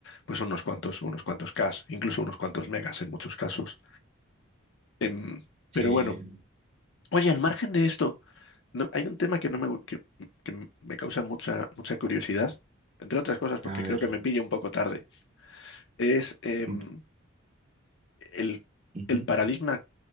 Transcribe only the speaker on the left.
pues son unos cuantos, unos cuantos Ks, incluso unos cuantos megas en muchos casos. Em,
pero bueno, oye, al margen de esto, no- hay un tema que, no me, que, que me causa mucha, mucha curiosidad, entre otras cosas porque
creo
que me pilla un poco tarde. Es em,
el,
el paradigma.